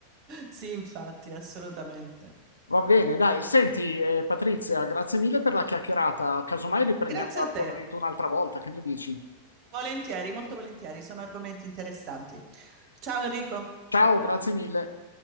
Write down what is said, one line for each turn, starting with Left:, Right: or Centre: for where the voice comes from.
Right: Sì, infatti, assolutamente.
Left: Va bene, dai, senti eh, Patrizia, grazie mille per la chiacchierata. Casomai riprendiamo
Right: Grazie
Left: l'argomento
Right: a te.
Left: un'altra volta, che ne dici?
Right: Volentieri, molto volentieri, sono argomenti interessanti. Ciao Enrico.
Left: Ciao, grazie mille.